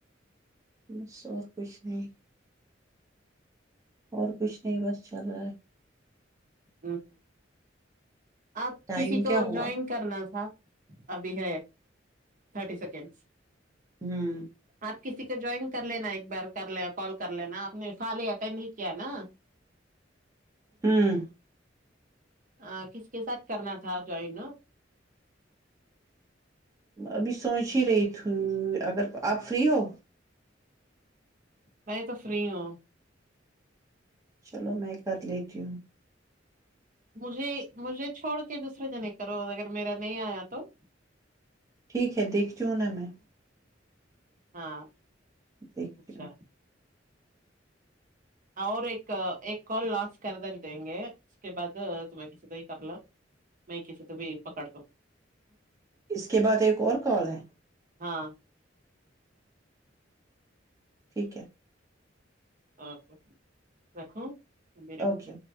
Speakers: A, on the right (about 15°); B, on the right (about 45°).
A: بس اور کچھ نہیں اور کچھ نہیں بس چل رہا ہے
B: ہاں آپ
A: ٹائم
B: کسی کو
A: کیا ہوا
B: جوائن کرنا تھا ابھی ہے تھرٹی سیکنڈس
A: ہوں
B: آپ کسی کو جوائن کر لینا ایک بار کر لین کال کر لینا آپ نے فال ہی اٹینڈ ہی کیا نا
A: ہاں
B: ا کس کے ساتھ کرنا تھا جوائن
A: ابھی سوچ ہی رہی تھی اگر آپ فری ہو
B: میں تو فری ہوں
A: چلو میں کر لیتی ہوں
B: مجھے مجھے چھوڑ دوسرے جنے کرو اگر میرا نہیں آیا تو
A: ٹھیک ہے دیکھ جوں نا میں
B: ہاں
A: دیکھتی
B: اچھا
A: ہوں
B: اور ایک ایک کال لاس کرد دیں گے اس کے بعد تمہیں کسی تو ہی کر ل میں کسی تو بھی پکڑ دو
A: اس کے بعد ایک اور کال ہے
B: ہاں
A: ٹھیک ہے
B: اچکا رھو بیرٹ
A: اوکے
B: ہ